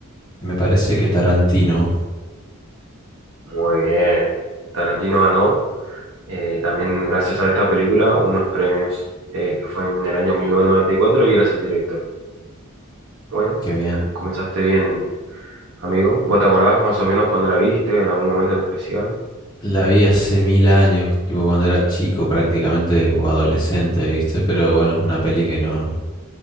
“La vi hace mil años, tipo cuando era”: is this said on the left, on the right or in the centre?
Left